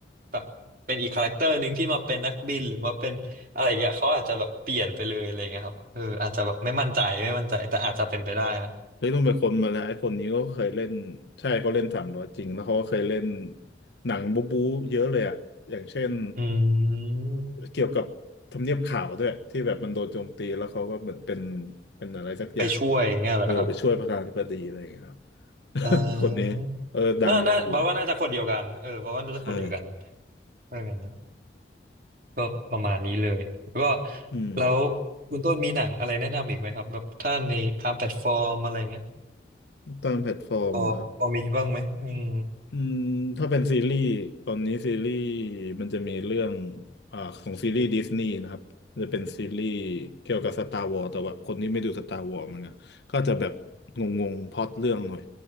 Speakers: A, on the right; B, on the left.
A: แบบเป็นอีกคาแรคเตอร์หนึ่งที่มาเป็นนักบินหรือมาเป็นอะไรอย่างเงี้ยเขาอาจจะแบบเปลี่ยนไปเลยอะไรเงี้ยครับเอออาจจะแบบไม่มั่นใจไม่มั่นใจแต่อาจจะเป็นไปได้นะ
B: เฮ้ยต้องเป็นคนมาแล้วไอ้คนนี้ก็เคยเล่นใช่เขาเล่นสามร้อยจริงแล้วเขาก็เคยเล่นหนังบู๊บู๊เยอะเลยอะอย่างเช่น
A: อืม
B: เกี่ยวกับทำเนียบขาวด้วยที่แบบมันโดนโจมตีแล้วเขาก็เหมือนเป็นเป็นอะไรสักอย่าง
A: ไปช่วยอย่างเงี้ยเหรอครับ
B: เออไปช่วยประธานาธิบดีอะไรอย่างเงี้ยครับ
A: อ่า
B: <laughs> คนนี้เออดังดังอยู่
A: น่าน่าบ้าว่าน่าจะคนเดียวกันเออบ้าว่าน่าจะคนเดียวกัน
B: ใช่
A: เออกันนะ ก็ประมาณนี้เลยแล้วก็
B: อืม
A: แล้วคุณต้นมีหนังอะไรแนะนำอีกไหมครับแบบถ้าในตามแพลตฟอร์มอะไรเงี้ย
B: ตามแพลตฟอร์มอะครับ
A: พอพอมีบ้างไหมอืม
B: อืมถ้าเป็นซีรีส์ตอนนี้ซีรีส์มันจะมีเรื่องอ่าของซีรีส์ดิสนีย์นะครับมันจะเป็นซีรีส์เกี่ยวกับสตาร์วอ s แต่ว่าคนที่ไม่ดูสตาร์วอ s มันก็ก็จะแบบงงๆพล็อตเรื่องหน่อย